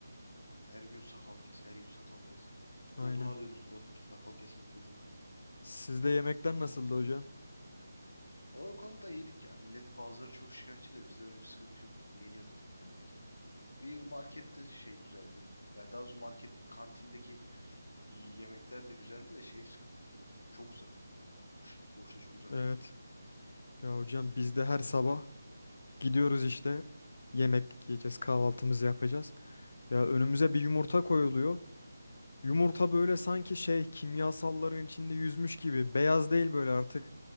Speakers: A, on the left; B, on the left.
A: Her gün sakal kes, her gün sakal kes.
B: Aynen.
A: Oduna döndü suratım sakal kesmekte zaten.
B: Sizde yemekler nasıldı hocam?
A: O konuda iyiydik ya. Millet bazıları çok şikayetçi de bizde öyle bir sıkıntı yok yani. Yeniyordu yemekler en azından. Bir markette şey güzel değildi. Yani daha doğrusu market kantindeki İyi yemekler de güzeldi de şey sıkıntı. Çok uzak. Şşt, Korşa çok uzaktı
B: Evet.
A: bizim.
B: Ya hocam biz de her sabah gidiyoruz işte. Yemek yiyeceğiz, kahvaltımızı yapacağız. Ya önümüze bir yumurta koyuluyor. Yumurta böyle sanki şey kimyasalların içinde yüzmüş gibi. Beyaz değil böyle artık.